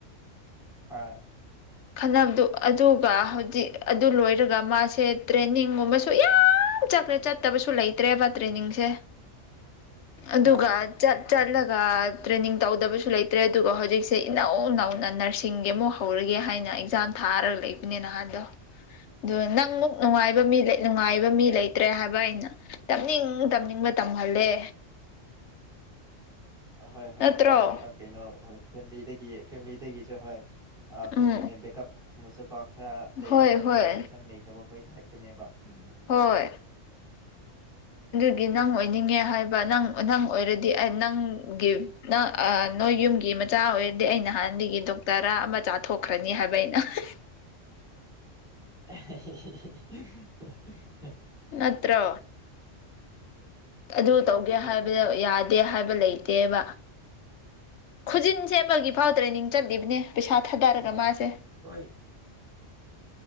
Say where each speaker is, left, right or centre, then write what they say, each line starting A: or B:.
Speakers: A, in the centre; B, on the left.
A: ꯍꯣꯏ
B: ꯈꯟꯅꯕꯗꯨ ꯑꯗꯨꯒ ꯍꯧꯖꯤꯛ ꯑꯗꯨ ꯂꯣꯏꯔꯒ ꯃꯥꯁꯦ ꯇ꯭ꯔꯦꯅꯤꯡꯒꯨꯝꯕꯁꯨ ꯌꯥꯝ ꯌꯥꯝ ꯆꯠꯄꯅꯦ ꯆꯠꯇꯕꯁꯨ ꯂꯩꯇ꯭ꯔꯦꯕ ꯇ꯭ꯔꯦꯅꯤꯡꯁꯦ ꯑꯗꯨꯒ
A: ꯑꯥ
B: ꯆꯠ ꯆꯠꯂ ꯒ ꯇ꯭ꯔꯦꯅꯤꯡ ꯇꯧꯗꯕꯁꯨ ꯂꯩꯇ꯭ꯔꯦ ꯑꯗꯨꯒ ꯍꯧꯖꯤꯛꯁꯦ ꯏꯅꯧ ꯅꯧꯅ ꯅꯔꯁꯤꯡꯒꯤ ꯑꯃꯨꯛ ꯍꯧꯔꯒꯦ ꯍꯥꯏꯅ ꯅ ꯑꯦꯛꯖꯥꯝ ꯊꯥꯔꯒ ꯂꯩꯕꯅꯦ ꯅꯍꯥꯟꯗꯣ ꯗꯣ ꯅꯪꯃꯨꯛ ꯅꯨꯡꯉꯥꯢ ꯉꯥꯏꯕ ꯃꯤ ꯂꯩ ꯅꯨꯡꯉꯥꯏꯕ ꯃꯤ ꯂꯩꯇ꯭ꯔꯦ ꯍꯥꯏꯕ ꯑꯩꯅ ꯇꯝꯅꯤꯡ ꯇꯝꯅꯤꯡꯕ ꯇꯝꯍꯜꯂꯦ
A: ꯍꯣꯏ ꯍꯣꯏ
B: ꯅꯠꯇ꯭ꯔꯣ
A: ꯃꯣꯏ ꯑꯥ ꯀꯩꯅꯣ ꯐꯦꯃꯤꯂꯤꯗꯒꯤ ꯐꯦꯃꯤꯂꯤꯗꯒꯤꯁꯨ ꯍꯣꯏ ꯑ ꯀꯩ
B: ꯎꯝ
A: ꯍꯥꯏꯅꯤ ꯕꯦꯀꯞ ꯁꯨꯃꯁꯨꯀꯣ ꯈꯔ ꯂꯩꯕꯅꯦ
B: ꯍꯣꯏ ꯍꯣꯏ
A: ꯃꯣꯏ ꯇꯦꯟꯁꯟ ꯂꯩꯇꯕ ꯑꯩꯈꯣꯏ ꯇꯥꯏꯞꯇꯨꯅꯦꯕ ꯎꯝ ꯑꯗꯨꯢꯅꯦꯗ
B: ꯍꯣꯏ ꯒꯤ ꯅꯪ ꯑꯣꯏꯅꯤꯡꯉꯦ ꯍꯥꯏꯕ ꯅꯪ ꯅꯪ ꯑꯣꯏꯔꯗꯤ ꯑꯩ ꯅꯪ ꯒꯤ ꯅ ꯑꯥ ꯅꯣꯏ ꯌꯨꯝꯒꯤ ꯃꯆꯥ ꯑꯣꯏꯔꯗꯤ ꯑꯩ ꯅꯍꯥꯟꯗꯒꯤ ꯗꯣꯛꯇꯔ ꯔ ꯑꯃ ꯆꯥꯊꯣꯛꯈ꯭ꯔꯅꯤ ꯍꯥꯏꯕ ꯑꯩꯅ ꯑꯍ <inaudible>
A: ꯑ ꯍꯤ ꯍꯤ ꯍ ꯍ
B: ꯅꯠꯇ꯭ꯔꯣ ꯑꯗꯨ
A: ꯆꯨꯝꯃꯦ
B: ꯇꯧꯒꯦ
A: ꯆꯨꯝꯃꯦ
B: ꯍꯥꯏꯕꯗ
A: ꯍꯣꯏ
B: ꯌꯥꯗꯦ ꯍꯥꯏꯕ ꯂꯩ ꯇꯦꯕ ꯈꯨꯖꯤꯟ ꯁꯦꯝꯕꯒꯤ ꯐꯥꯎ ꯇ꯭ꯔꯦꯅꯤꯡ ꯆꯠꯂꯤꯕꯅꯦ ꯄꯩꯁꯥ ꯊꯥꯗꯔꯒ
A: ꯍꯣꯏ
B: ꯃꯥꯁꯦ
A: ꯂꯣꯏ